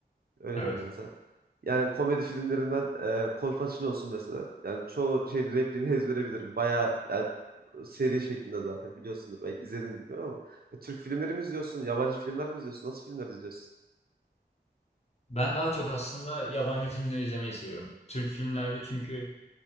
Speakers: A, on the right (about 60°); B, on the left (about 40°).
A: Öyle
B: Evet.
A: diyeyim ben sana. Yani komedi filmlerinden e, Kolpaçino olsun mesela. Yani çoğu şeyin repliğini ezbere bilirim. Bayağı yani seri şeklinde zaten biliyorsundur. Belki izledin bilmiyorum ama. Ya, Türk filmleri mi izliyorsun? Yabancı filmler mi izliyorsun? Nasıl filmler izliyorsun?
B: Ben daha çok aslında yabancı filmler izlemeyi seviyorum. Türk filmlerde çünkü